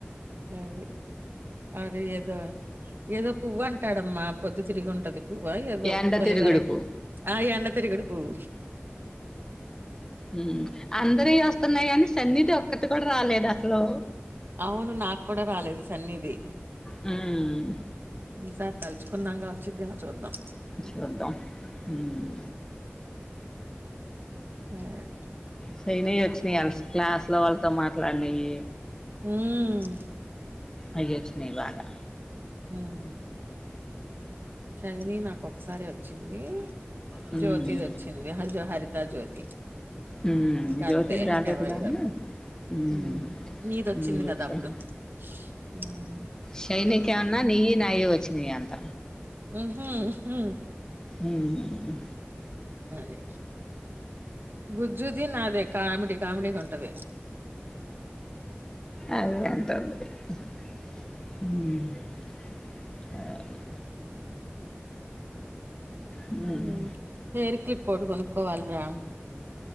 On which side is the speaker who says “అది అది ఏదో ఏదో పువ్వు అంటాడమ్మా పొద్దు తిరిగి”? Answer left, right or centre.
Right